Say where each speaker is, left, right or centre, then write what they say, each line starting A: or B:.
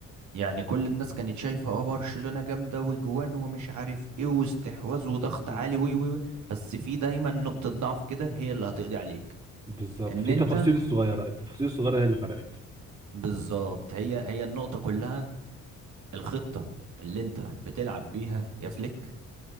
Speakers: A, on the right; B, on the right.
A: يعني كل الناس كانت شايفة اه برشلونة جامدة وجوان ومش عارف ايه واستحواذ وضغط
B: م-
A: عالي وي وي وي. بس في دايما نقطة ضعف كده هي اللي هتقضي عليك
B: بالظبط
A: ان
B: في
A: انت
B: تفاصيل صغيره التفاصيل الصغيره هي اللي فرقت
A: بالظبط هي هي النقطة كلها الخطة اللي انت بتلعب بيها يا فليك